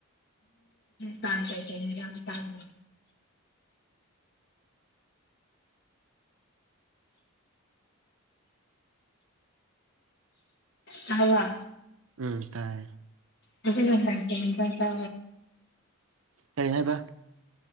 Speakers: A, on the left; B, on the right.
A: ꯇꯥꯡ ꯀꯥꯏ ꯇꯥꯡ ꯇꯥꯕ꯭ꯔ
B: ꯎꯝ ꯇꯥꯏꯌꯦ
A: ꯑꯗꯨꯖ ꯂ ꯂꯦ ꯏꯖ ꯆ
B: ꯀꯔꯤ ꯍꯥꯏꯕ